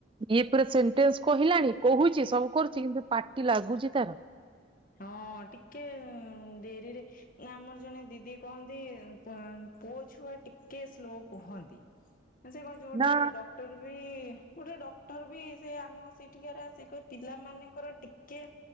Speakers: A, on the right (about 25°); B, on the left (about 45°).
A: ଇଏ ପୁରା ସେଣ୍ଟେନ୍ସ କହିଲାଣି କହୁଚି ସବୁ କରୁଚି କିନ୍ତୁ ପାଟି ଲାଗୁଚି ତାର।
B: ହଁ ଟିକେ ଡେରିରେ ନା ଆମର ଜଣେ ଦିଦି କହନ୍ତି ପୁଅ ଛୁଆ ଟିକେ ସ୍ଲୋ କୁହନ୍ତି। ସେ କଣ ଯୋଉ ଗୋଟେ
A: ନା।
B: ଡକ୍ଟର ବି ଗୋଟେ ଡକ୍ଟର ବି ସେ ଆମ ସେଇଠିକାର ଆସ୍ ସେ କହିଲେ ପିଲା ମାନଙ୍କର ଟିକେ